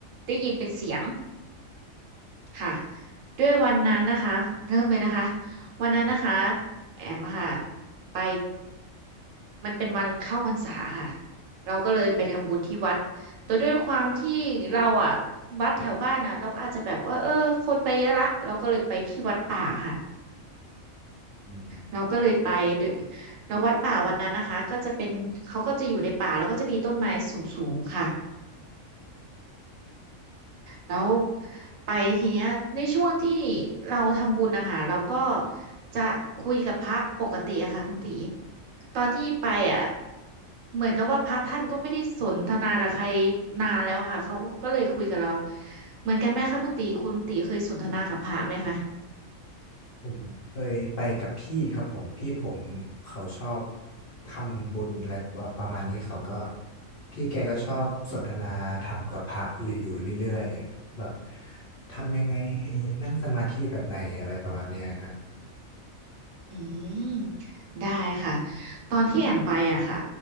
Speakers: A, on the right (about 70°); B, on the left (about 45°).
A: ได้ยินเป็นเสียง ค่ะด้วยวันนั้นนะคะเริ่มเลยนะคะวันนั้นนะคะ
B: ครับ
A: แอมค่ะไปมันเป็นวันเข้าพรรษาค่ะเราก็เลยไปทำบุญที่วัดแต่ด้วยความที่เราอะวัดแถวบ้านนะเราก็อาจจะแบบว่าเออคนไปเยอะละเราก็เลยไปที่วัดป่าค่ะ
B: อืม
A: เราก็เลยไปด้วยแล้ววัดป่าวัดนั้นนะคะก็จะเป็นเขาก็จะอยู่ในป่าแล้วก็จะมีต้นไม้สูงๆค่ะ แล้วไปทีเนี้ยในช่วงที่เราทำบุญนะคะเราก็จะคุยกับพระปกติอะค่ะคุณตีตอนที่ไปอะเหมือนกับว่าพระท่านก็ไม่ได้สนทนากับใครนานแล้วอะค่ะเขาก็เลยคุยกับเราเหมือนกันไหมคะคุณตีคุณตีเคยสนทนากับพระไหมคะ
B: ผมเคยไปกับพี่ครับผมพี่ผมเขาชอบทำบุญอะไรประมาณนี้เขาก็พี่แกก็ชอบสนทนาธรรมกับพระอยู่เรื่อยๆแบบทำยังไงให้นั่งสมาธิแบบไหนอะไรประมาณเนี้ยครับ
A: อืมได้ค่ะตอนที่แอมไปอะค่ะ